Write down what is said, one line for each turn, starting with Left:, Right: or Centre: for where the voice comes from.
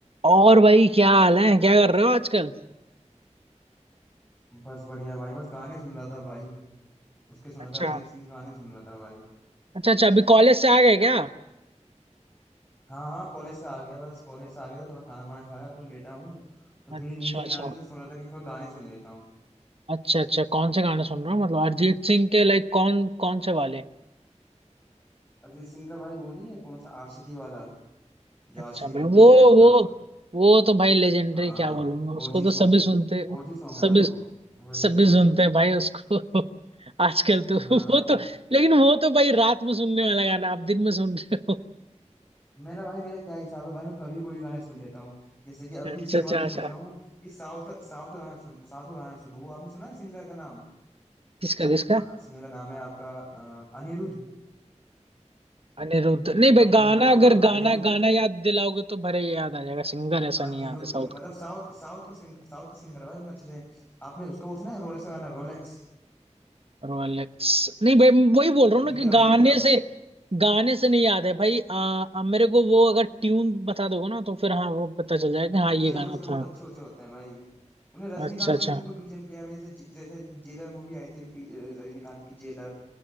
Right: और भाई क्या हाल है क्या कर रहे हो आजकल
Left: बस बढ़िया भाई बस गाने सुन रहा था भाई उसके सुन
Right: अच्छा
Left: रहा था अरिजीत सिंह के गाने सुन रहा था भाई
Right: अच्छा अच्छा अभी कॉलेज से आ गए क्या
Left: हाँ हाँ कॉलेज से आ गया बस कॉलेज से आ गया तो थोड़ा खाना वाना खाया थोड़ा लेटा हूँ तो
Right: अच्छा
Left: थोड़ी नींद नहीं
Right: अच्छा
Left: आ रही थी तो सोच रहा था कि थोड़ा गाने सुन लेता हूँ
Right: अच्छा अच्छा कौन से गाने सुन रहे हो मतलब अरिजीत सिंह के लाइक कौन कौन से वाले
Left: अरिजीत सिंह का भाई वो नहीं है कौन सा आशिकी वाला जो
Right: अच्छा
Left: आशिकी
Right: भाई
Left: बन का
Right: वो
Left: सॉन्ग
Right: वो
Left: था
Right: वो तो भाई लेजेंडरी
Left: आ,
Right: क्या बोलूंगा उसको
Left: ओजी
Right: तो सभी
Left: सॉन्ग
Right: सुनते
Left: ओजी सॉन्ग
Right: सभी
Left: है भाई वो वही
Right: सभी
Left: वही
Right: सुनते हैं भाई उसको <laughs> आजकल तो
Left: हाँ
Right: वो
Left: वो
Right: तो लेकिन वो तो भाई रात में सुनने वाला गाना आप दिन में सुन रहे हो
Left: मेरा भाई मेरा क्या हिसाब है भाई मैं कभी कोई भी गाने सुन लेता हूँ जैसे कि अभी
Right: अच्छा
Left: इसके
Right: अच्छा
Left: बाद मैं
Right: अच्छा
Left: सोच रहा हूँ कि साउथ का साउथ का गाना सुनो साउथ का गाना सुनो वो आपने सुना है सिंगर का नाम
Right: किसका किसका
Left: सिंगर का नाम है आपका अ, अनिरुद्ध
Right: अनिरुद्ध नहीं भाई
Left: आपको
Right: गाना
Left: नहीं पता
Right: अगर
Left: होगा
Right: गाना
Left: अनिरुद्ध
Right: गाना याद दिलाओगे तो भरे ये याद आ जाएगा सिंगर ऐसा
Left: अनिरुद्ध
Right: नहीं याद है साउथ
Left: मतलब
Right: का
Left: साउथ साउथ का सिंग साउथ का सिंगर है भाई उतना अच्छे से आपने उसका वो सुना है रोलेक्स का गाना रोलेक्स
Right: रोलेक्स नहीं भाई वही बोल
Left: अ,
Right: रहा हूँ ना
Left: विक्रम
Right: कि गाने
Left: विक्रम
Right: से गाने से नहीं याद है भाई आ, आ, मेरे को वो अगर ट्यून बता दोगे ना तो फिर हाँ वो पता चल जाएगा कि हाँ
Left: बीजीएम
Right: ये गाना
Left: उसके बहुत
Right: था
Left: अच्छे अच्छे होते हैं भाई उन्हें रजनीकांत
Right: अच्छा अच्छा
Left: की मूवी को बीजीएम किया है जैसे जैसे जेलर मूवी आई थी बी- अ, रजनीकांत की जेलर